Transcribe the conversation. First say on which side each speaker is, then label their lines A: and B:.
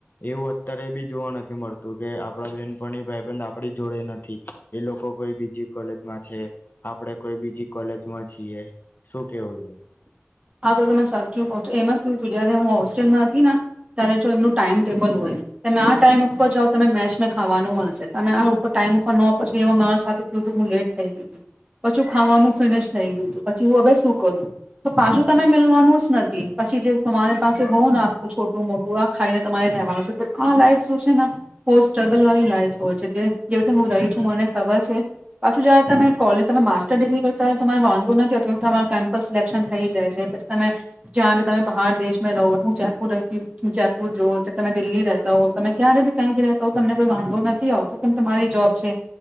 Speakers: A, on the left; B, on the right.
A: એવું અત્યારે બી જોવા નથી મળતું કે આપડા બેહેનપણી ભાઈબંધ આપડી જોડે નથી એ લોકો કોઈ બીજી કોલેજમાં છે આપણેે કોઈ બીજી કોલેજમાં છીએ શું કેવું છે.
B: આ તો તમે સાચું એમ જ થયું જયારે હું હોસ્ટ્રેલમાં હતી ને ત્યારે જો એમનું ટાઈમ ટેબલ હોય તમે આ ટાઈમ ઉપર જાઓ તને મેચ મે ખાવાનું મળશે તમે આ ટાઈમ ઉપર ન પછી મારા સાથે થયું તો હું લેટ થઈ ગઈ હતી પછું ખાવાનું ફિનિશ થઈ ગયું પછી હું હવે શું કરું? પાછું તમે મલવાનું જ નથી પછી જે તમારી પાસે હોવ ને આખું છોટું મોટું આ ખાઈને તમારે રહેવાનું છે તો આ લાઈફ શું છે ને બુ સ્ટ્રગલ વાળી લાઈફ હોય છે જેવી રીતે હું રહી છું મને ખબર છે પાછું જાય તમે કોલેજ તમે માસ્ટર ડિગ્રી કરતા હો તો વાંધો નથી અત તમારું કેમ્પસ સિલેક્શન થ જાય છે પછી તમે જ્યાં બી તમે બહાર દેશમાં રહો હું જયપુરતી હ જયપુર જુ તમે દિલ્હી રતા હો તમે ક્યારે બી કઈ બી રતા હો તમને કોઈ વાંધો નથી આવતો કેમ તમારી જોબ છે